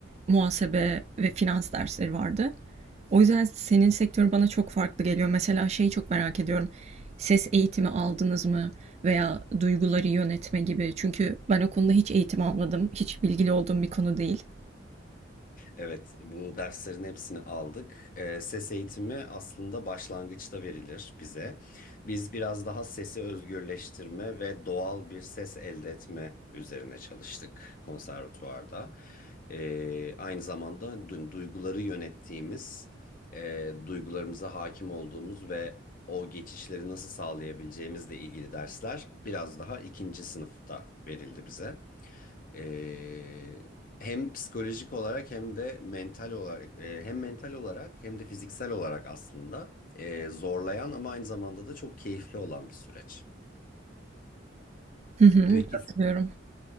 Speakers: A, on the right (about 35°); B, on the left (about 45°).
A: Muhasebe ve finans dersleri vardı. O yüzden senin sektörün bana çok farklı geliyor. Mesela şeyi çok merak ediyorum. Ses eğitimi aldınız mı veya duyguları yönetme gibi. Çünkü ben o konuda hiç eğitim almadım. Hiç bilgili olduğum bir konu değil.
B: Evet, bu derslerin hepsini aldık. Ee, ses eğitimi aslında başlangıçta verilir bize. Biz biraz daha sesi özgürleştirme ve doğal bir ses elde etme üzerine çalıştık konservatuvarda. Ee, aynı zamanda du- duyguları yönettiğimiz, e, duygularımıza hakim olduğumuz ve o geçişleri nasıl sağlayabileceğimizle ilgili dersler biraz daha ikinci sınıfta verildi bize. Ee, hem psikolojik olarak hem de mental olarak e, hem mental olarak hem de fiziksel olarak aslında e, zorlayan ama aynı zamanda da çok keyifli olan bir süreç.
A: Hı hı,
B: Peki
A: katılıyorum.